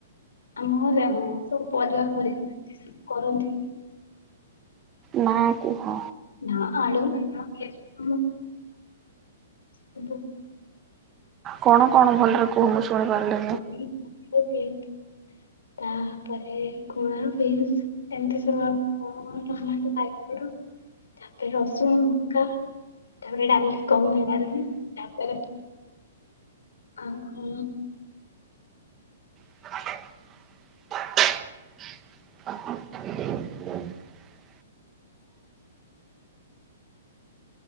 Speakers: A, on the left; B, on the right.
A: ଆମ ଘରେ ହଁ ସବୁ ପରିବା <unintelligible> କରନ୍ତି।
B: ନା କୁହ
A: ନା ଆଳୁ <unintelligible> <inaudible>
B: କଣ କଣ ଭଲରେ କୁହ ମୁଁ ଶୁଣିପାରିଲି
A: <inaudible> ବିଟ୍, ତାପରେ କୁଣା ବିନ୍ସ ଏମତି ସବୁ <unintelligible> ଟମାଟ <unintelligible> ତାପରେ ରସୁଣ ମକା ତାପରେ ଡାଲି <unintelligible> ଡାଲି ତାପରେ ଆଉ କଣ
B: <inaudible> <inaudible>